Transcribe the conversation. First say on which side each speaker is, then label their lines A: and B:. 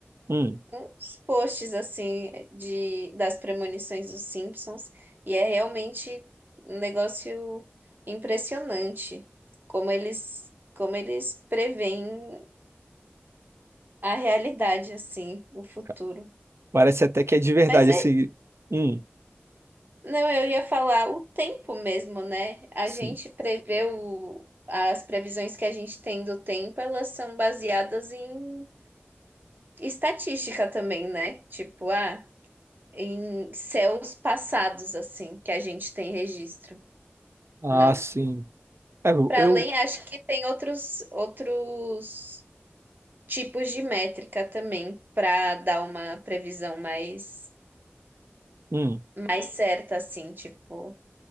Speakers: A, on the right (about 75°); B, on the right (about 50°).
A: Hum,
B: uns posts, assim, de, das premonições dos Simpsons. E é realmente um negócio impressionante. Como eles, como eles preveem a realidade, assim, o futuro.
A: ca- parece até que é de verdade
B: Mas é
A: esse. Hum,
B: Não, eu ia falar o tempo mesmo, né? A
A: sim.
B: gente prevê o... as previsões que a gente tem do tempo, elas são baseadas em estatística também, né? Tipo, ah, em céus passados, assim, que a gente tem registro,
A: Ah,
B: não?
A: sim. É, eu.
B: Para
A: eu-
B: além, acho que tem outros outros tipos de métrica também para dar uma previsão mais
A: hum.
B: mais certa, assim, tipo.